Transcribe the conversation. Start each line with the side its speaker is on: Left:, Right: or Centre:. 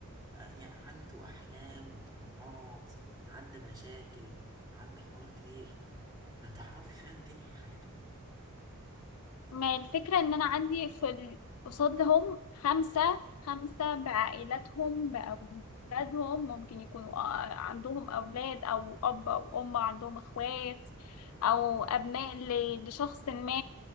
Right: آه، يعني عنده أحلام وطموحات عدى مشاكل عدى حوارات كتير هتعرفي فعلا تنهي حياته
Left: ما الفكرة ان انا عندي في ال- قصادهم خمسة خمسة بعائلاتهم بأولادهم ممكن يكونوا آه، عندهم أولاد أو أب أو أم عندهم إخوات أو أبناء ل- لشخص ما